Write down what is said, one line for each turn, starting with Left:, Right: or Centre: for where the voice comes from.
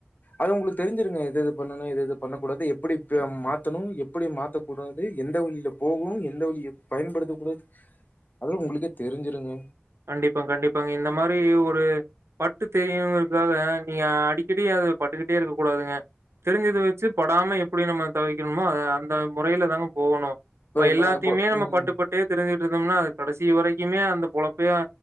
Left: அது உங்களுக்கு தெரிஞ்சிருங்க எது எது பண்ணனு எத எது பண்ணக்கூடாது எப்டி த்தணும் எப்டி மாத்தக் கூடாது எந்த வழில போகணு எந்த வழிய பயன்படுத்த கூடாது அதல்ல உங்களுக்கே தெரிஞ்சுருங்க
Right: கண்டிப்பா கண்டிப்பாங்க இந்த மாரி ஒரு பட்டு தெரியுங்கிறதுக்காக நீங்க அடிக்கடி அத பட்டுக்கிட்டே இருக்க கூடாதுங்க தெரிஞ்சதை வச்சு படாம எப்டி நம்ம தவிக்கணுமோ அத அந்த முறையில தாங்க போகணு இப்ப
Left: நம்ம
Right: எல்லாத்தையுமே
Left: கொ
Right: நம்ம
Left: ம்.
Right: பட்டுப்பட்டே தெரிஞ்சு இருந்தம்னா அது கடைசி வரைக்குமே அந்த பொழப் இப்ப